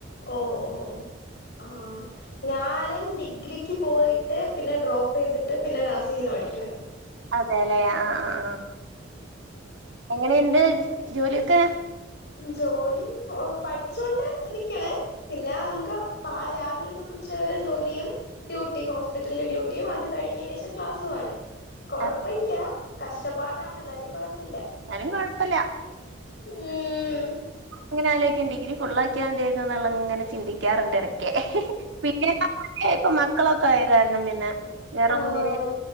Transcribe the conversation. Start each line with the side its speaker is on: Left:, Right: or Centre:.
Left: ഓ ഓ ഓ ആഹ് ഞാനും ഡിഗ്രിക്ക് പോയിട്ട് പിന്നെ ഡ്രോപ്പെയ്തിട്ട് പിന്നെ നഴ്സിങ്ങിന് പഠിയ്ക്ക്‌ന്ന്
Right: അതേലേ ആഹ്‌ ആഹ്‌ ആഹ്‌ എങ്ങനെണ്ട് ജോലിയൊക്കെ
Left: ജോലി പോ പഠിച്ചോണ്ട് നിക്ക്ണ് പിന്നെ നമുക്ക് പാ രാവിലെ തൊട്ട് ഉച്ച വരെ ജോലിയും ഡ്യൂട്ടി ഹോസ്പിറ്റലിലെ ഡ്യൂട്ടിയും അത് കഴിഞ്ഞേനേശം ക്ലാസുവാണ് കൊഴപ്പില്ല
Right: അതെ
Left: കഷ്ടപ്പാടാണ് എന്നാലും കൊഴപ്പില്ല
Right: ന്നാലും കൊഴപ്പല്ല
Left: ഊം
Right: ങ്ങനെ ആലോയ്ക്കും ഡിഗ്രി ഫുള്ളാ ക്കിയാ മതിയേന്നു ന്നുള്ള അങ്ങനെ ചിന്തിക്കാറുണ്ട് എടക്ക് പിന്നെ ഈപ്പൊ മക്കളൊക്കെ ആയ കാരണം പിന്നെ വേറൊന്നിന്
Left: ആഹ്